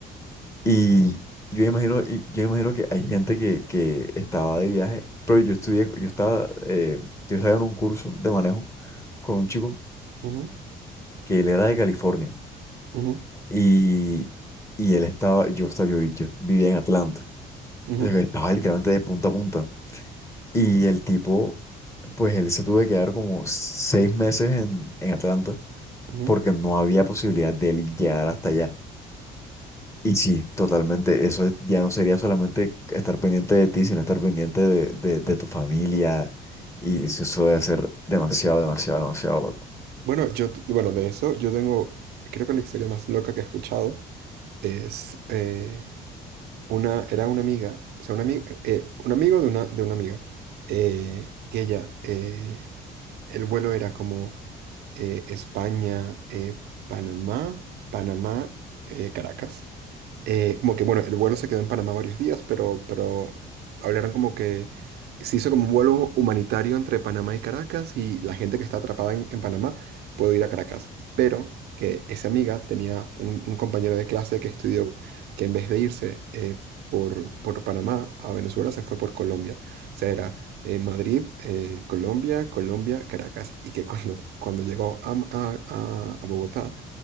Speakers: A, on the left (about 15°); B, on the right (about 75°).
A: Y yo imagino, y yo imagino que hay gente que, que estaba de viaje, pero yo estudié, yo estaba, eh, yo estaba en un curso de manejo con un chico
B: Ujú,
A: que él era de California.
B: ujú,
A: Y, y él estaba, yo, estaba- yo, yo vivía en Atlanta.
B: ujú,
A: O sea, que estaba literalmente de punta a punta. Y el tipo, pues él se tuvo que quedar como seis meses en, en Atlanta
B: ujú.
A: porque no había posibilidad de él llegar hasta allá. Y sí, totalmente, eso es- ya no sería solamente estar pendiente de ti, sino estar pendiente de, de, de tu familia. Y eso eso debe ser demasiado, demasiado, demasiado loco.
B: Bueno, yo, t- bueno, de eso, yo tengo, creo que la historia más loca que he escuchado es, eh, una, era una amiga, o sea, una ami- eh, un amigo de una, de una amiga, eh, que ella, eh, el vuelo era como eh, España, eh, Panamá, Panamá, eh, Caracas eh, como que, bueno, el vuelo se quedó en Panamá varios días, pero, pero hablaron como que se hizo como un vuelo humanitario entre Panamá y Caracas y la gente que está atrapada en, en Panamá puede ir a Caracas. Pero que esa amiga tenía un, un compañero de clase que estudió que en vez de irse eh, por, por Panamá a Venezuela se fue por Colombia. O sea, era eh, Madrid, eh, Colombia, Colombia, Caracas. Y que cuando, cuando llegó a, a a- a Bogotá